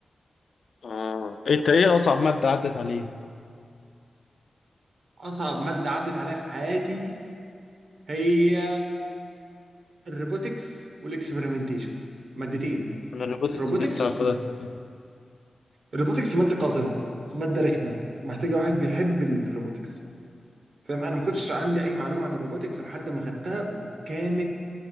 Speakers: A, on the left (about 75°); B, on the right (about 75°).
A: آه. انت ايه اصعب مادة عدت عليه؟
B: اصعب ماده عدت عليا في حياتي هي الروبوتكس والاكسبيرمنتيشن مادتين
A: انا الروبوتكس
B: روبوتكس
A: لسه
B: واكسبيرمنت
A: هاخدها السنة
B: الروبوتكس ماده قذره ماده رخمه محتاجه واحد بيحب الروبوتكس فاهم انا ما كنتش عندي اي معلومه عن الروبوتكس لحد ما خدتها وكانت